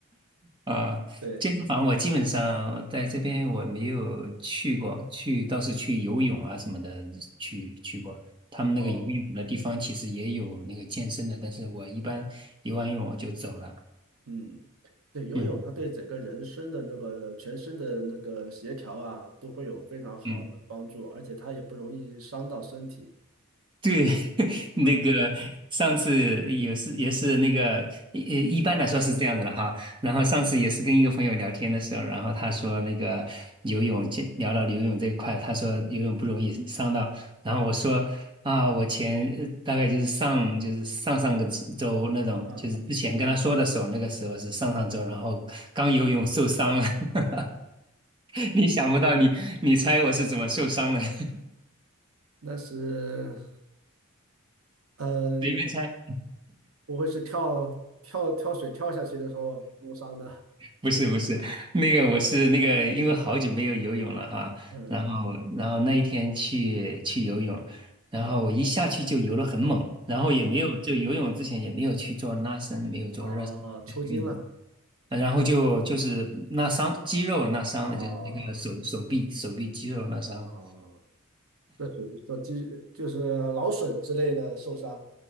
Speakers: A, on the right (about 20°); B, on the right (about 65°).
A: 啊，
B: 对，
A: 健身房我基本上在这边我没有去过，去倒是去游泳啊什么的去去过。他们那个游泳的地方其实也有那个健身的，
B: 然后
A: 但是我一般游完泳我就走了。
B: 嗯，对，游泳它对整个人生的那个全身的那个协调啊，
A: 嗯
B: 都会有非常好的帮助，
A: 嗯，
B: 而且它也不容易伤到身体。
A: 对，<laughs> 那个
B: 嗯
A: 上次也是也是那个一一般来说是这样子的哈。然后上次也是跟一个朋友聊天的时候，然后他说那个游泳，就聊到游泳这一块，他说游泳不容易伤到。然后我说啊，我前呃大概就是上就是上上个周那种，
B: 嗯，
A: 就是之前跟他说的时候，那个时候是上上周，然后刚游泳受伤了。<laughs> 你想不到你，你猜我是怎么受伤的？<laughs>
B: 那是嗯，
A: 随便猜。
B: 不会是跳跳跳水跳下去的时候弄伤的。
A: 不是不是，那个我是那个，因为好久没有游泳了哈，
B: 嗯，
A: 然后然后那一天去去游泳，然后我一下去就游了很猛，然后也没有就游泳之前也没有去做拉伸，
B: 哦
A: 没有做热身的运动，
B: 哦，抽筋了。
A: 然后就就是拉伤肌肉拉伤了，
B: 哦
A: 就是那个手手臂手臂肌肉拉伤了，
B: 哦，这属于说肌就是劳损之类的受伤。